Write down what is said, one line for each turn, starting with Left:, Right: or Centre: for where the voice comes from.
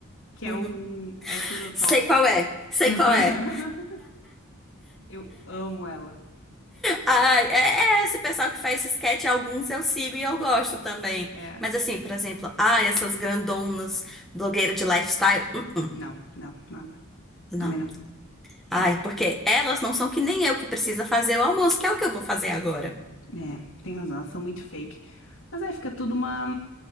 Left: que é
Centre: Uhum.
Left: um heterotop.
Centre: Sei qual é. Sei
Left: <laughs>
Centre: qual é.
Left: Eu amo ela.
Centre: Ah, é, é, esse pessoal que faz esse sketch, alguns eu sigo e eu gosto também.
Left: É.
Centre: Mas assim, por exemplo, ah, essas grandonas, blogueiras de lifestyle, hum,
Left: Não, não, nada.
Centre: não.
Left: Também não.
Centre: Ai,
Left: Não.
Centre: porque elas não são que nem eu que precisa fazer o almoço, que é o que eu vou fazer agora.
Left: É, tem razão, elas são muito fake. Mas aí fica tudo uma.